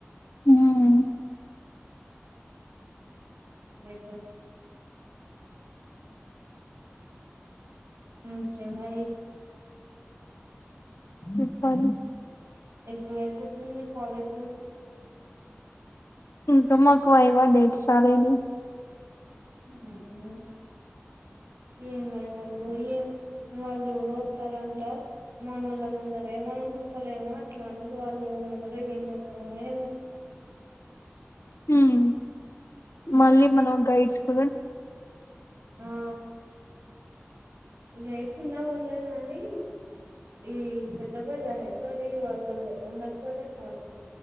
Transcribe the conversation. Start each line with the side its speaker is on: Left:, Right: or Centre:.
Left: హ్మ్
Right: లెటర్ ఆ కెమెరి
Left: ము ప్పని
Right: <unintelligible> కూర్చునుంది కాలేజ్ చె
Left: ఇంకా మాకు యావా డేట్ రాలేదు
Right: ఉమ్ హు ఏం వాళ్ళు ఏం వాళ్ళు ఎవరు వస్తారంట మన వాళ్ళ ముందరే మనం చెప్పలేమో అట్లాంటిది వాళ్ళు ఎవరు ముందరే ఏం చెప్తామో ఏమో
Left: హ్మ్
Right: ఇంకా
Left: మళ్ళీ మనం గైడ్స్ <unintelligible>
Right: ఆ <unintelligible> ఉన్న వర్లేదు కాని ఈ పెద్ద పెద్ద హెచ్ ఓ డి వాళ్ళు ఉండకపోతే చాలు